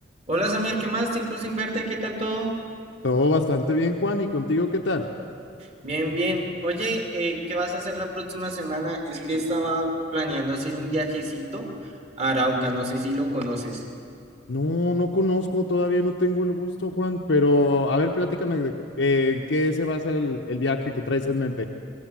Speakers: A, on the right (about 35°); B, on the left (about 80°).
A: Hola Samir, ¿qué más? Tiempo sin verte, ¿qué tal todo?
B: Todo bastante bien, Juan. ¿Y contigo qué tal?
A: Bien, bien. Oye, eh, ¿qué vas a hacer la próxima semana? Es que estaba planeando hacer un viajecito a Arauca, no sé si lo conoces.
B: No, no conozco, todavía no tengo el gusto, Juan, pero a ver, platícame de eh, en qué se basa el, el viaje que traes en mente.